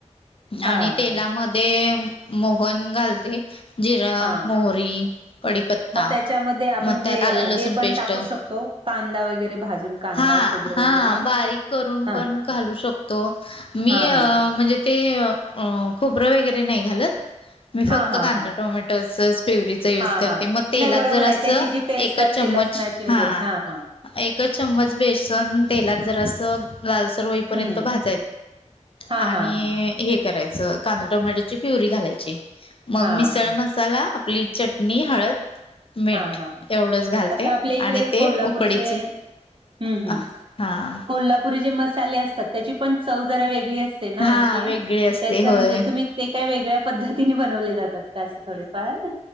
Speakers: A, on the right; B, on the left.
A: हा
B: आणि तेलामध्ये
A: हा
B: मोहन घालते. जिरा
A: हा
B: मोहरी कढीपत्ता
A: मग त्याच्यामध्ये आपण
B: मग
A: जे
B: त्यात आलं
A: हे
B: लसूण
A: पण
B: पेस्ट.
A: टाकू शकतो कांदा वगैरे भाजून कांदा
B: हा
A: खोबरं
B: -हा
A: वगैरे
B: बारीक करून
A: हा
B: पण घालू शकतो. मी
A: हा हा
B: म्हणजे ते खोबरं वगैरे नाही घालत. मी फक्त
A: हा हा
B: कांदा
A: हा
B: टोमॅटोच प्यवरीच यूज
A: हा
B: करते
A: हा
B: मग तेलात
A: नाही बरोबर
B: जर असं
A: आहे त्याची जी टेस्ट
B: एकच
A: असते
B: चमच
A: लसणाची वगैरे
B: हा
A: हा
B: एक चम्मच बेसन तेलात जर असं लालसर होईपर्यंत
A: हम्म
B: भज
A: हा
B: आणि
A: हा हा
B: हे करायचं कांदा टोमॅटोची प्युरी घालायची. मग
A: हा
B: मिसळ मसाला आपली चटणी हळद. मीठ
A: हा -हा
B: एवढंच घालते
A: आता आपल्या इकडे
B: आणि ते
A: कोल्हापूरचे
B: उकडीचे
A: हम्म - हम्म.
B: हा
A: कोल्हापुरी जे मसाले असतात त्याची पण चव जरा वेगळी अस असते ना
B: हा
A: अशी
B: वेगळी असते
A: ते
B: होय.
A: म्हणजे तुम्ही ते काय वेगळ्या पद्धती तिने बनवले जातात का असं थोडेफार.